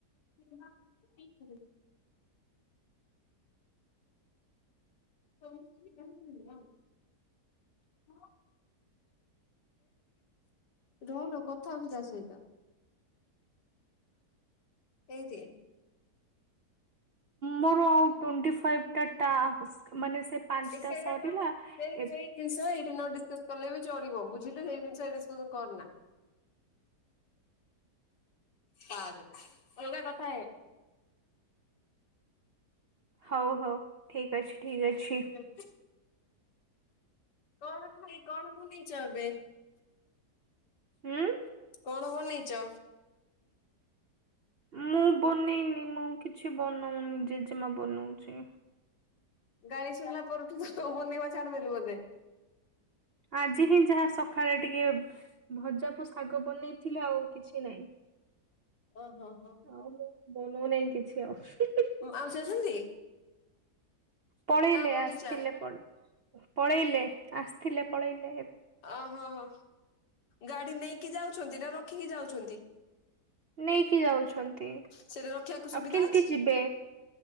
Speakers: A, on the left; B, on the right.
A: <unintelligible> <unintelligible> ରହଲୋ କଥା ହଉଛି ତା ସହିତ। ଦେଇଦେ।
B: ମୋର ଆଉ ଟୋଣ୍ଟି ଫାଇଭ୍ ଟା ଟାସ୍କ ମାନେ ସେ ପାଞ୍ଚଟା
A: ଏ ସେଇଟା
B: ସରିଲା
A: କଥା ସେଇ
B: ଏବ୍
A: ସେଇ ଜିନିଷ ଏଇଠି ନ ଡିସକସ କଲେ ବି ଚଳିବ। ବୁଝିଲୁ ସେଇ ଜିନିଷ ଏଇ ଡିସ୍କସନ କରନା। ପା ଅଲଗା କଥା ହ
B: ହଉ ହଉ ଠିକ ଅଛି ଠିକ୍ ଅଛି।
A: <inaudible> କଣ ଖାଇ କଣ ବନେଇଛ ଏବେ?
B: ଉଁ।
A: କଣ ବନେଇଛ?
B: ମୁଁ ବନେଇନି ମୁଁ କିଛି ବନଉନି ଜେଜେମା ବନଉଛି।
A: ଗାଳି ଶୁଣିଲା ପରଠୁ ବନେଇବା ଛାଡିଦେଲୁ ବୋଧେ।
B: ଆଜି ହିଁ ଯାହା ସକାଳେ ଟିକେ ଭଜାକୁୁ ଶାଗ ବନେଇଥିଲି ଆଉ କିଛି ନାହିଁ।
A: ଓ ହୋ ହୋ।
B: ଆଉ ମୁଁ ବନଉନାହିଁ କିଛି ଆଉ।
A: ମାଉସି ଅଛନ୍ତୀ?
B: ପଳେଇଲେ
A: ବଗିଚା
B: ଆସିଥିଲେ ପେଇ ପଳେଇଲେ ଆସିଥିଲେ ପଳେଇଲେ।
A: ଓହୋହୋ ଗାଡି ନେଇକି ଯାଉଛନ୍ତି ନା ରଖିକି ଯାଉଛନ୍ତି?
B: ନେଇକି ଯାଉଛନ୍ତି
A: ସେଠି ରଖିବାକୁ ସୁବିଧା
B: ଆଉ କେମିତି
A: ଅଛି
B: ଯିବେ